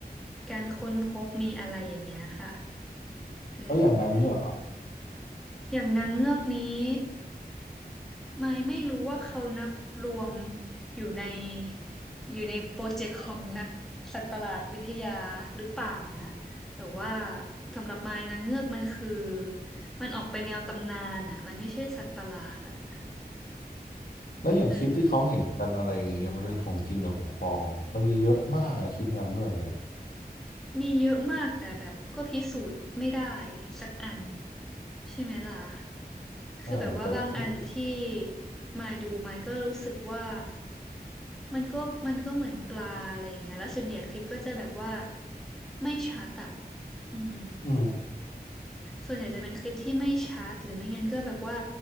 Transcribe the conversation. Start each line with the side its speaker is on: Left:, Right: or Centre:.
Centre: การค้นพบมีอะไรอย่างเงี้ยค่ะเออ
Left: แล้วอย่างนางเงือก
Centre: อย่างนางเงือกนี้ ไม่ไม่รู้ว่าเขานับรวมอยู่ในอยู่ในโปรเจกต์ของนักสัตว์ประหลาดวิทยาหรือเปล่านะแต่ว่าสำหรับมายนางเงือกมันคือมันออกไปแนวตำนานอ่ะมันไม่ใช่สัตว์ประหลาดอ่ะ
Left: แล้วอย่างคลิปที่เขาเห็นกันอะไรอย่างเงี้ยมันเป็นของจริงหรือของปลอมมันมีเยอะมากนะคลิปงานเงือกเนี่ย
Centre: เออมีเยอะมากแต่แบบก็พิสูจน์ไม่ได้สักอันใช่ไหมล่ะ
Left: ใช่แต่ถ้า
Centre: คือแบบว่าบางอันที่มายดูมายก็รู้สึกว่ามันก็มันก็เหมือนปลาอะไรอย่างเงี้ยแล้วส่วนใหญ่คลิปก็จะแบบว่าไม่ชัดอะอืม
Left: อืม
Centre: ส่วนใหญ่จะเป็นคลิปที่ไม่ชัดหรือไม่งั้นก็แบบว่า